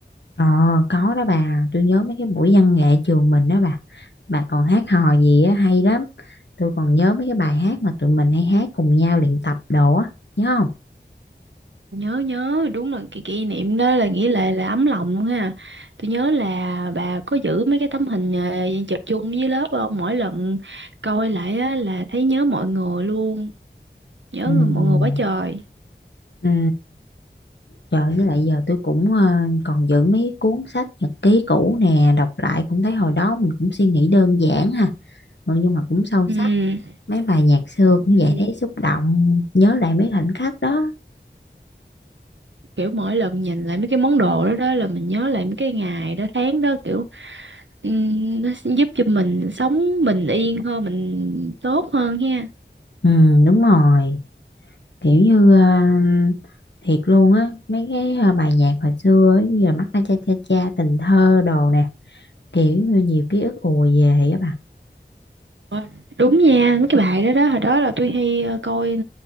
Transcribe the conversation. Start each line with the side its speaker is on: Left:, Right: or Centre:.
Left: ờ có đó bà tôi nhớ mấy cái buổi văn nghệ trường mình đó bà bà còn hát hò gì á hay lắm tôi còn nhớ mấy cái bài hát mà tụi mình hay hát cùng nhau luyện tập đồ á nhớ không
Right: nhớ nhớ đúng là cái kỷ niệm đó là nghĩ là là ấm lòng luôn ha tôi nhớ là bà có giữ mấy cái tấm hình ờ, chụp chung với lớp không mỗi lần coi lại á, là thấy nhớ mọi người luôn nhớ
Left: ừ
Right: người- mọi người quá trời
Left: ừ Trời với lại giờ tôi cũng ờ, còn giữ mấy cuốn sách nhật ký cũ nè, đọc lại cũng thấy hồi đó mình cũng suy nghĩ đơn giản ha, mà nhưng mà cũng sâu
Right: ừ.
Left: sắc. Mấy bài nhạc xưa
Right: Ừ.
Left: cũng vậy thấy xúc động, nhớ lại mấy khoảnh khắc đó.
Right: kiểu mỗi lần nhìn lại mấy cái món đồ đó đó là mình nhớ lại mấy cái ngày đó tháng đó kiểu ừ, nó sẽ giúp cho mình sống bình yên hơn mình tốt hơn ha
Left: Ừ đúng rồi, kiểu như ờ, thiệt luôn á, mấy cái ờ, bài nhạc hồi xưa ấy, như là mắt na cha cha cha, tình thơ đồ nè, kiểu như nhiều ký ức ùa về á bà.
Right: Ờ, Đúng nha, mấy cái bài đó đó, hồi đó là tôi hay ờ, coi